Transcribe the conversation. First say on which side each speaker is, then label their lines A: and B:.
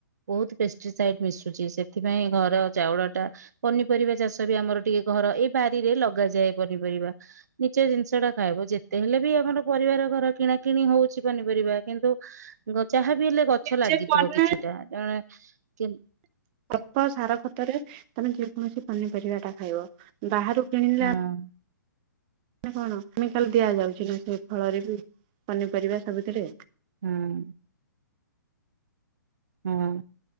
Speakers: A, on the right; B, on the right.
A: ବହୁତ୍ ସାଇଟ୍ ମିଶୁଛି ସେଥିପାଇଁ ଘର ଚାଉଳ ଟା ପନିପରିବା ଚାଷ ବି ଆମର ଟିକେ ଘର ଏ ବାରିରେ ଲଗାଯାଏ ପନିପରିବା ନିଜ ଜିନିଷ ଟା ଖାଇବ ଯେତେ ହେଲେ ବି ଆମର ପରିବାର ଘର କିଣା କିଣି ହଉଛି ପନିପରିବା କିନ୍ତୁ ଯାହା ବି ହେଲେ ଗଛ
B: ନିଜେ
A: ଲାଗିଥିବ
B: ବନା
A: କିଛିଟା ଜଣେ କେ
B: ଅଳ୍ପ ସାର ଖତରେ ତମେ ଯେ କୌଣସି ପନିପରିବାଟା ଖାଇବ। ବାହାରୁ କିଣିଲେ
A: ହଁ।
B: କଣ ଆମେ କେମିକାଲ ଦିଆଯାଉଛୁ ସେ ଫଳରେ ବି ପନିପରିବା ସବୁଥିରେ
A: ହୁଁ। ହୁଁ ହଁ